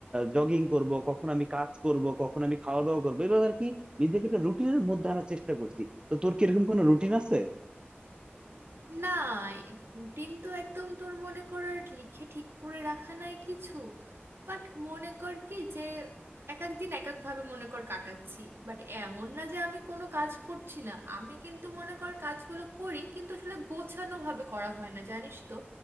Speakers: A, on the right; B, on the right.
A: জগিং করব কখন আমি কাজ করব কখন আমি খাওয়া দাওয়া করবো এভাবে আর কি নিজেকে একটা রুটিনের মধ্যে আনার চেষ্টা করছি তো তোর কি এরকম কোনো রুটিন আছে
B: না রুটিন তো একদম তোর মনে করার লিখে ঠিক করে রাখা নাই কিছু বাট মনে কর কি যে এক এক দিন এক একভাবে মনে কর কাটাচ্ছি বাট এমন না যে আমি কোনো কাজ করছি না আমি কিন্তু মনে কর কাজগুলো করি কিন্তু আসলে গোছানো ভাবে করা হয় না জানিস তো